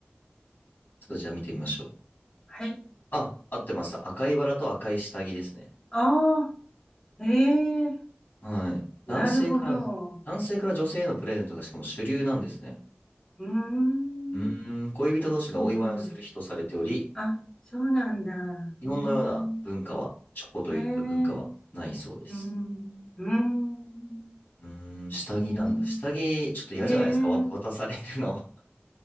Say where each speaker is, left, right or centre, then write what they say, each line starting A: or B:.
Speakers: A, on the left (about 55°); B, on the left (about 20°).
A: ちょっとじゃあ見てみましょう。
B: はい。
A: あ、合ってました。赤いバラと赤い下着ですね。
B: ああ、ええ、
A: はい。男性から、
B: なるほど。
A: 男性から女性へのプレゼントがしかも主流なんですね。
B: うーん、
A: うーん、恋人同士がお祝いをする日とされており、
B: そうなんだ。あ、そうなんだ。
A: 日本のような文化は、
B: うーん。
A: チョコといった文化はないそうです。
B: ええうーん。うーん。
A: うーん、下着なんだ。
B: うーん。
A: 下着、ちょっと嫌じゃないですか、
B: ええ
A: わ渡されるの。<laughs>